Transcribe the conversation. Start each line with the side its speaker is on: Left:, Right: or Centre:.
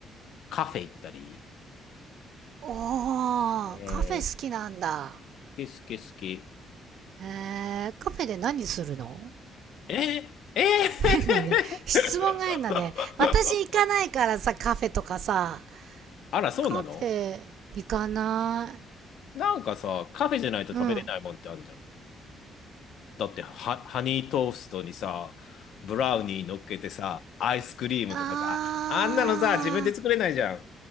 Left: カフェ行ったり、
Right: おー、
Left: うん、
Right: カフェ好きなんだ。
Left: 好き好き好き。
Right: えー、カフェで何するの
Left: えー、えー
Right: 変だね。質問が変だね。
Left: <laughs>
Right: 私行かないからさ、カフェとかさ。
Left: あら、そうなの
Right: カフェ、行かな
Left: なんかさ、カフェじゃないと食べれないもんってあるじゃん。
Right: い。うん。
Left: だってハ、ハニートーストにさ、ブラウニー乗っけてさ、アイスクリームとかさ、
Right: あー。
Left: あんなのさ、自分で作れないじゃん。